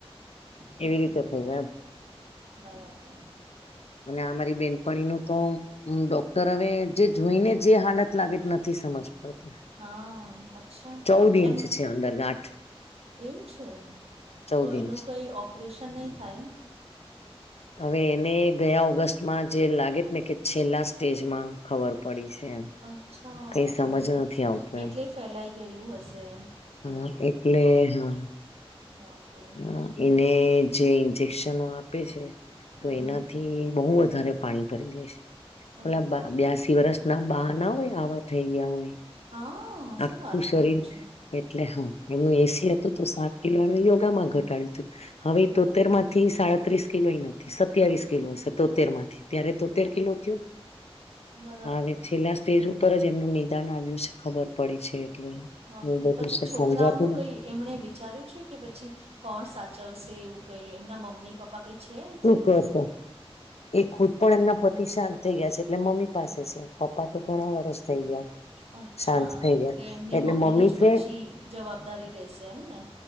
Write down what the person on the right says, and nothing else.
હમ
હમ
બરાબર
હા અચ્છા
એમ
એવું છે
તો એનું
કઈ ઓપરેશન નહી થાય
અચ્છા
હા હા
એટલે
ફેલાય ગયેલું હશે
ના <inaudible>
હમ
અરે
બાપરે
હા શું
વાત
કરો છો?
બરાબર
હા
બરાબર
માપરે
પછી
છોકરાઓ
નું
કઈ એમણે વિચાર્યું છે કે પછી કોણ સાચવશે એવું કઈ એમના મમ્મી પાપા કઈ છે?
કોઈ
અચ્છા
એટલે
એમની
મમ્મીની
જ
પછી જવાબદારી રહેશે એમ ને?